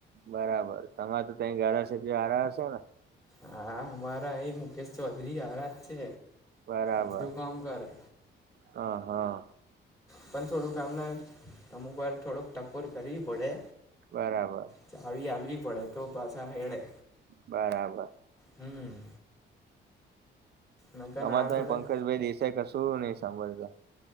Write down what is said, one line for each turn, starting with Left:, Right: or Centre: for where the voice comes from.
Right: બરાબર તમામે તો તં ધારાસભ્ય હાર હશેો ને.
Left: હા અમારા એ મુકેશ ચૌધરી આારજ છે.
Right: બરાબર
Left: બધું કામ કરે
Right: હ હા.
Left: પણ થોડુંક આામને અમુક વાર થોડોક ટકોર કરવી પડે.
Right: બરાબર
Left: ચાવી હલવી પડે તો પાછા હેળે.
Right: બરાબર.
Left: હમ. નકર
Right: અમા
Left: આ
Right: તો
Left: થોડાક
Right: અ પંકજ ભાઈ દેસાઈ કશું નહી સાંભળ તો.